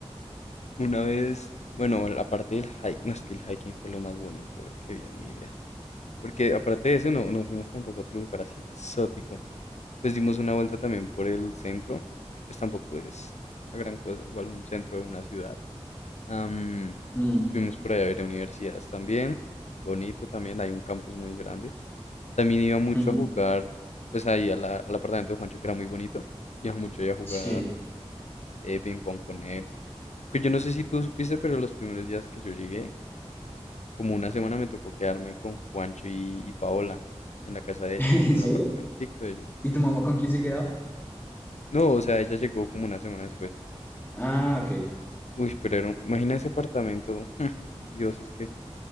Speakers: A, on the left (about 80°); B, on the left (about 20°).
A: Una vez, bueno, aparte del hiking, no es que el hiking fue lo más bonito yo, que vi en mi vida. Porque aparte de eso, no, no fuimos tampoco a otro lugar así exótico. pues dimos una vuelta también por el centro, que pues tampoco es la gran cosa, igual un centro de una ciudad. Am,
B: Mm,
A: fuimos por ahí a ver universidades también, bonito también, hay un campus muy grande. También iba mucho
B: mm.
A: a jugar, pues ahí a la- al apartamento de Juancho, que era muy bonito, iba mucho ahí a jugar
B: Sí.
A: eh, ping pong con él. Que yo no sé si tú supiste, pero los primeros días que yo llegué, como una semana me tocó quedarme con Juancho y, y Paola en la casa de ellos,
B: <laughs>
A: en
B: ¿En serio?
A: el apartamentico de ellos.
B: ¿Y tu mamá con quién se quedaba?
A: No, o sea, ella llegó como una semana después.
B: Ah, ok.
A: Uy, pero era un- imagina ese apartamento. <laughs> Dios, es que